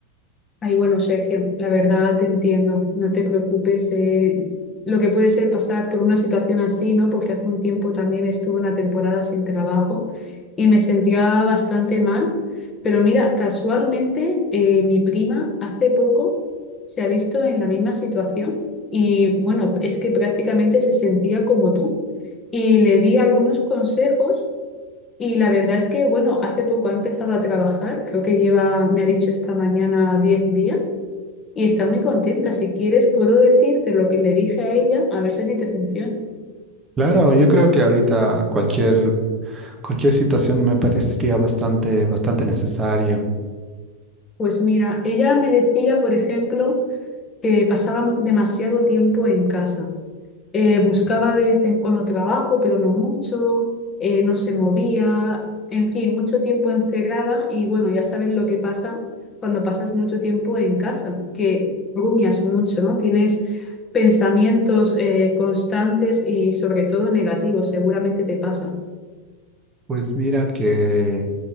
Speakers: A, on the left; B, on the right.
A: Ay, bueno, Sergio, la verdad te entiendo, no te preocupes. eh, lo que puede ser pasar por una situación así, ¿no? Porque hace un tiempo también estuve una temporada sin trabajo y me sentía bastante mal. Pero mira, casualmente eh, mi prima hace poco se ha visto en la misma situación y bueno, es que prácticamente se sentía como tú y le di algunos consejos y la verdad es que, bueno, hace poco ha empezado a trabajar, creo que lleva, me ha dicho esta mañana, 10 días y está muy contenta. Si quieres, puedo decirte lo que le dije a ella, a ver si a ti te funciona.
B: Claro, yo creo que ahorita cualquier, cualquier situación me parecería bastante, bastante necesario.
A: Pues mira, ella me decía, por ejemplo, que pasaba demasiado tiempo en casa. Eh, buscaba de vez en cuando trabajo, pero no mucho. eh, no se movía. En fin, mucho tiempo encerrada. Y bueno, ya sabes lo que pasa cuando pasas mucho tiempo en casa, que rumias mucho, ¿no? Tienes pensamientos eh, constantes y sobre todo negativos. Seguramente te pasa.
B: Pues mira que